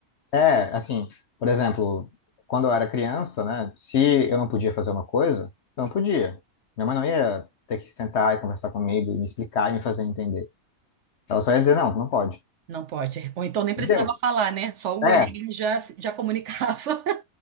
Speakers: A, on the left; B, on the right.
A: é, assim, por exemplo, quando eu era criança, né? Se eu não podia fazer uma coisa, eu não podia. Minha mãe não ia ter que sentar e conversar comigo, e me explicar e me fazer entender. Ela só ia dizer, não, não pode.
B: Não pode. Ou então nem precisava
A: Entendeu?
B: falar, né? Só o
A: É,
B: olhar já, já comunicava.